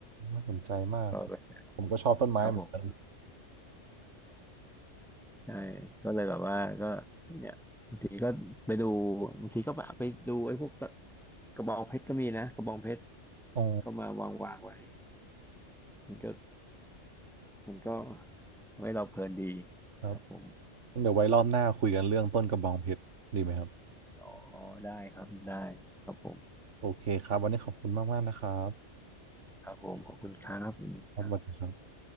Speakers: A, on the right; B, in the centre.
A: น่าสนใจมากครับผมก็ชอบต้นไม้เหมือนกัน
B: ก็ ครับผมใช่ก็เลยแบบว่าก็เนี่ยบางทีก็ไปดูบางทีก็ไปดูไอ้พวกตะกระบองเพชรก็มีนะกระบองเพชร
A: อ๋อ
B: ก็มาวางวางไว้มันก็มันก็ทำให้เราเพลินดี
A: ครับ
B: ครับผม
A: งั้นเดี๋ยวไว้รอบหน้าคุยกันเรื่องต้นกระบองเพชรดีไหมครับ
B: อ๋อได้ครับได้ครับผม
A: โอเคครับวันนี้ขอบคุณมากๆนะครับ
B: ครับผมขอบคุณครับสวัสดีครับ
A: ครับสวัสดีครับ